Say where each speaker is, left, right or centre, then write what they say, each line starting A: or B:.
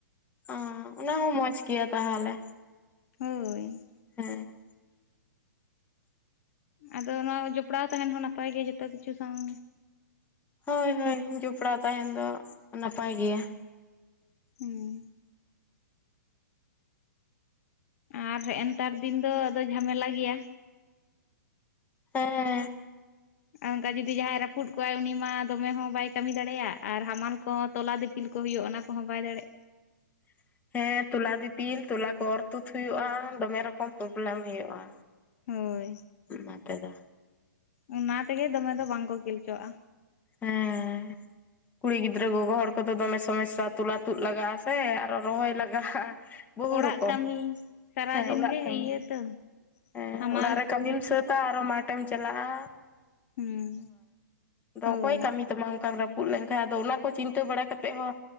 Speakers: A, on the left; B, on the left.
A: ᱚ ᱚᱱᱟ ᱦᱚᱸ ᱢᱚᱸᱡᱽ ᱜᱮᱭᱟ ᱛᱟᱦᱚᱞᱮ
B: ᱦᱳᱭ
A: ᱦᱮᱸ
B: ᱟᱫᱚ ᱚᱱᱟ ᱡᱚᱯᱲᱟᱣ ᱛᱟᱦᱮᱸᱱ ᱦᱚᱸ ᱱᱟᱯᱟᱭ ᱜᱮᱭᱟ ᱡᱚᱛᱚ ᱠᱤᱪᱷᱩ ᱥᱟᱶᱜᱮ
A: ᱦᱳᱭ ᱦᱳᱭ ᱡᱚᱯᱲᱟᱣ ᱛᱟᱦᱮᱸᱱ ᱫᱚ ᱱᱟᱯᱟᱭ ᱜᱮᱭᱟ᱾
B: ᱦᱮᱸ ᱟᱨ ᱱᱮᱛᱟᱨ ᱫᱤᱱ ᱫᱚ ᱟ ᱡᱷᱟᱢᱮᱞᱟ ᱜᱮᱭᱟ᱾
A: ᱦᱮᱸ
B: ᱟᱨ ᱚᱱᱠᱟ ᱡᱩᱫᱤ ᱡᱟᱦᱟᱸᱭ ᱨᱟᱹᱯᱩᱫ ᱠᱚᱣᱟᱭ ᱩᱱᱤ ᱢᱟ ᱫᱚᱢᱮ ᱦᱚᱸ ᱵᱟᱭ ᱠᱟᱹᱢᱤ ᱫᱟᱲᱮᱭᱟᱜᱼᱟ ᱟᱨ ᱦᱟᱢᱟᱞ ᱠᱚᱦᱚᱸ ᱛᱚᱞᱟ ᱫᱤᱯᱤᱞ ᱠᱚ ᱦᱩᱭᱩᱜᱼᱟ ᱚᱱᱟ ᱠᱚᱦ ᱵᱟᱭ ᱫᱟᱲᱮᱜᱼᱟ᱾
A: <inaudible> ᱦᱮᱸ ᱛᱚᱞᱟ ᱫᱤᱯᱤᱞ ᱛᱚᱞᱟ ᱠᱚ ᱚᱨ ᱛᱩᱫ ᱦᱩᱭᱩᱜᱼᱟ, ᱫᱚᱢᱮ ᱨᱚᱠᱚᱢ ᱯᱨᱚᱵᱞᱮᱢ ᱦᱩᱭᱩᱜᱼᱟ᱾
B: ᱦᱳᱭ
A: ᱢᱟ ᱛᱮᱫᱚ
B: ᱚᱱᱟ ᱛᱮᱜᱮ ᱫᱚᱢᱮ ᱫᱚ ᱵᱟᱝᱠᱚ ᱠᱷᱤᱞᱪᱚᱜᱼᱟ᱾
A: ᱦᱮᱸ ᱠᱩᱲᱤ ᱜᱤᱫᱽᱨᱟᱹ ᱜᱚᱜᱚ ᱦᱚᱲ ᱠᱚᱫᱚ ᱫᱚᱢᱮ ᱥᱚᱢᱚᱥᱥᱟ ᱛᱩᱞᱟ ᱛᱩᱫ ᱞᱟᱜᱟᱜᱼᱟ ᱥᱮ ᱟᱨᱚ ᱨᱚᱦᱚᱭ ᱞᱟᱜᱟᱜᱼᱟ᱾ ᱵᱚᱦᱩ
B: ᱚᱲᱟᱜ
A: ᱨᱚᱠᱚᱢ
B: ᱠᱟᱹᱢᱤ ᱥᱟᱨᱟᱫᱤᱱ
A: ᱦᱮᱸ ᱚᱲᱟᱜ
B: ᱜᱮ
A: ᱠᱷᱚᱱ
B: ᱤᱭᱟᱹ ᱛᱚ
A: ᱦᱮᱸ
B: ᱦᱟᱢᱟᱞ
A: ᱚᱲᱟᱜ ᱨᱮ
B: ᱛᱩᱞ
A: ᱠᱟᱹᱢᱤᱢ ᱥᱟᱹᱛ ᱟᱨᱚ ᱢᱟᱴᱷᱮ ᱮᱢ ᱪᱟᱞᱟᱜᱼᱟ᱾
B: ᱦᱩᱸ
A: ᱟᱫᱚ
B: ᱦᱳᱭ
A: ᱚᱠᱚᱭ ᱠᱟᱹᱢᱤ ᱛᱟᱢᱟ ᱚᱱᱠᱟ ᱨᱟᱯᱩ ᱨᱟᱹᱯᱩᱫ ᱞᱮᱱ ᱠᱷᱟᱱᱡ ᱟᱫᱚ ᱚᱱᱟ ᱠᱚ ᱪᱤᱱᱛᱟᱹ ᱵᱟᱲᱟ ᱠᱟᱛᱮᱫ ᱦᱚᱸ